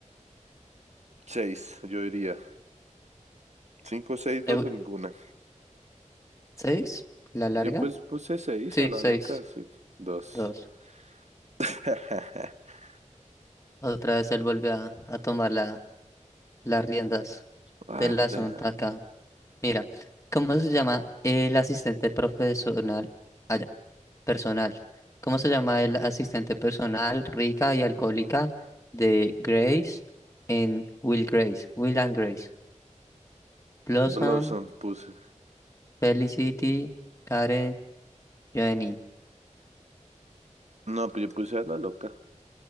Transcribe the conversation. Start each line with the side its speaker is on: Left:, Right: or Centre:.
Right: Seis, yo diría. Cinco, seis, dos
Left: Euro.
Right: o ninguna.
Left: ¿Seis? ¿La
Right: Yo
Left: larga?
Right: pues puse seis
Left: Sí,
Right: a la
Left: seis.
Right: loca, sí. Dos.
Left: Dos.
Right: <laughs>
Left: Otra vez él vuelve a, a tomar la, las riendas
Right: Ah,
Left: del asunto
Right: damn.
Left: acá. Mira, ¿cómo se llama el asistente profesional? Allá, personal. ¿Cómo se llama el asistente personal rica y alcohólica de Grace en Will Grace? Will and Grace. Blossom,
Right: Blossom puse.
Left: Felicity, Karen, Joanny.
Right: No, pues yo puse a la loca.